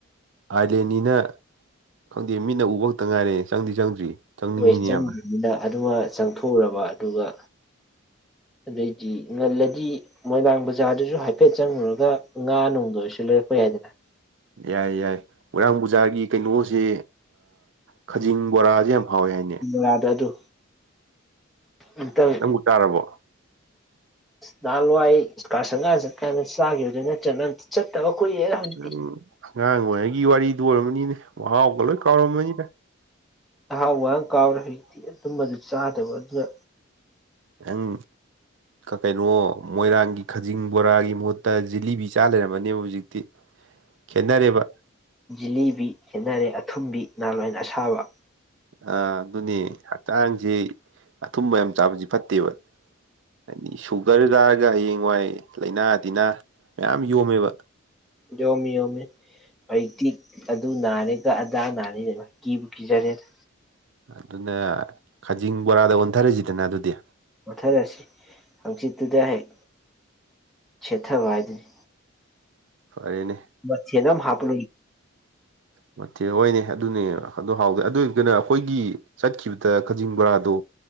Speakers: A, on the right (about 60°); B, in the centre.
A: ꯑꯥꯏꯂꯦꯟꯅꯤꯅ ꯈꯪꯗꯦ ꯃꯤꯅ ꯎꯕ ꯈꯛꯇ ꯉꯥꯏꯔꯦ ꯆꯪꯗꯤ ꯆꯪꯗ꯭ꯔꯤ ꯆꯪꯅꯤꯡꯉꯤꯅꯦ
B: ꯍꯣꯏꯁ
A: ꯌꯥꯝꯅ
B: ꯆꯗ ꯑꯗꯨꯃ ꯆꯪꯊꯣꯛꯎꯔꯕ ꯑꯗꯨꯒ ꯑꯗꯩꯗꯤ ꯉꯜꯂꯗꯤ ꯃꯣꯏꯔꯥꯡ ꯕꯖꯥꯔꯗꯨꯁꯨ ꯍꯥꯏꯐꯦꯠ ꯆꯪꯉꯨꯔꯒ ꯉꯥ ꯅꯨꯡꯗ ꯑꯣꯏꯔꯁꯨ ꯂꯩꯔꯛꯄ ꯌꯥꯏꯗꯅ
A: ꯌꯥꯏ ꯌꯥꯏ ꯃꯣꯏꯔꯥꯡ ꯄꯨꯕꯨꯖꯥꯒꯤ ꯀꯩꯅꯣꯁꯦ ꯈꯖꯤꯡ ꯕꯣꯔꯥꯁꯦ ꯌꯥꯝ ꯍꯥꯎꯋꯦ ꯍꯥꯏꯅꯦ
B: ꯗ ꯑꯗꯨ ꯑꯝꯇꯪ
A: ꯅꯪꯕꯨꯛ ꯇꯥꯔꯕꯣ
B: ꯅꯍꯥꯟꯋꯥꯏ ꯀ ꯁꯪꯒꯥ ꯆꯠꯀꯥꯟꯗ ꯆꯥꯈꯤꯕꯈꯤꯕꯗ ꯆꯠ ꯆꯠꯇꯕ ꯀꯨꯏꯔꯦꯗ ꯍꯧꯖꯤꯛꯇꯤ
A: ꯎꯝ ꯉꯉ ꯋꯥ ꯒꯤ ꯋꯥꯔꯤꯗꯨ ꯑꯣꯏꯔꯕꯅꯤꯅꯦ ꯋꯥꯍꯒꯂꯣꯏ ꯀꯔꯅꯤꯗ
B: ꯑꯍꯥꯎꯕ ꯀꯥꯎꯔꯦ ꯍꯧꯖꯤꯛꯇꯤ ꯑꯗꯨꯝꯕ ꯑꯗꯨ ꯆꯥꯗꯕ ꯑꯗꯨꯅ
A: ꯎꯪ ꯀꯩꯅꯣ ꯃꯣꯏꯔꯥꯡꯒꯤ ꯈꯖꯤꯡ ꯕꯣꯔꯥꯒꯤ ꯃꯍꯨꯠꯇ ꯖꯤꯂꯤꯕꯤ ꯆꯥ ꯂꯩꯔꯝꯃꯅꯦꯕ ꯍꯧꯖꯤꯛꯇꯤ ꯈꯦꯠꯅꯔꯦꯕ
B: <inaudible> ꯕꯤ ꯈꯦꯠꯅꯔꯦ ꯑꯊꯨꯝꯕꯤ ꯅꯍꯥꯟꯋꯥ ꯑꯁꯥꯕ
A: ꯑ ꯑꯗꯨꯅꯤ ꯍꯛꯆꯥꯡꯁꯤ ꯑꯊꯨꯝꯕ ꯌꯥꯝ ꯆꯥꯕꯁꯤ ꯐꯠꯇꯦꯕ ꯍꯥꯏꯗꯤ ꯁꯨꯒꯔ ꯇꯥꯔꯒ ꯍꯌꯦꯡꯋꯥꯏ ꯂꯩꯥꯏꯅꯥ ꯇꯤꯟꯅꯥ ꯃꯌꯥꯝ ꯌꯣꯝꯃꯦꯕ
B: ꯌꯣꯝꯃꯤ ꯌꯣꯝꯃꯤ ꯍꯏꯇꯤꯛ ꯑꯗꯨ ꯅꯥꯔꯦꯒ ꯑꯗꯥ ꯅꯥꯔꯤ ꯀꯤꯕꯨ ꯀꯤꯖꯔꯦꯗ
A: ꯑꯗꯨꯅ ꯈꯖꯤꯡ ꯕꯣꯔꯥꯗ ꯑꯣꯟꯊꯔꯤꯁꯤꯗꯅ ꯑꯗꯨꯗꯤ
B: ꯃꯊꯔꯁꯤ ꯍꯪꯆꯤꯠꯇꯨꯗ ꯍꯦꯛ ꯁꯦꯠꯊꯕ ꯍꯥꯏꯗꯨꯅꯤ
A: ꯐꯔꯦꯅꯦ
B: ꯃꯗꯝ ꯍꯥꯄ
A: ꯃꯦ ꯍꯣꯏꯅꯦ ꯑꯗꯨꯅꯦ ꯑꯗꯨ ꯍꯥꯎꯗꯩ ꯑꯗꯨ ꯀꯩꯅꯣ ꯑꯩꯈꯣꯏꯒꯤ ꯆꯠꯈꯤꯕꯗ ꯀꯖꯤꯡ ꯕꯔꯥꯗꯣ